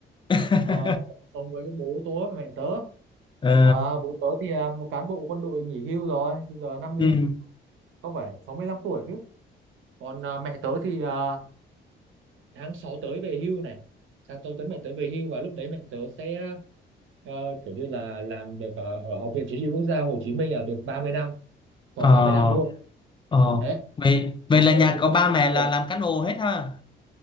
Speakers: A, on the left; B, on the right.
A: <laughs>
B: Ờ, tớ sống với bố tớ và mẹ tớ.
A: ờ
B: Ờ, bố tớ thì à, một cán bộ quân đội nghỉ hưu rồi, bây giờ 50
A: ừ
B: không phải 65 tuổi chứ. Còn à, mẹ tớ thì à, tháng 6 tới về hưu này. Tháng 6 tới mẹ tớ về hưu và lúc đấy mẹ tớ sẽ ờ, kiểu như là làm được ở, ở Học viện Chính trị Quốc gia Hồ Chí Minh là được 30 năm, tròn
A: ờ
B: 30 năm luôn.
A: ờ
B: Đấy.
A: vậy vậy
B: nhà
A: là nhà
B: tớ thì
A: có
B: thích
A: ba
B: bất
A: mẹ
B: thường
A: là làm cán bộ hết ha